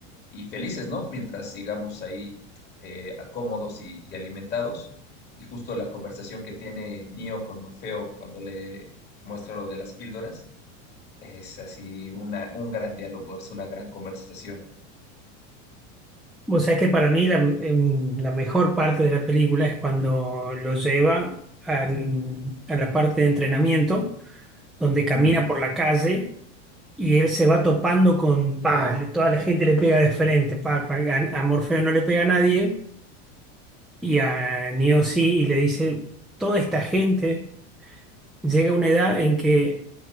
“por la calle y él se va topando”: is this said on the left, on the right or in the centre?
Centre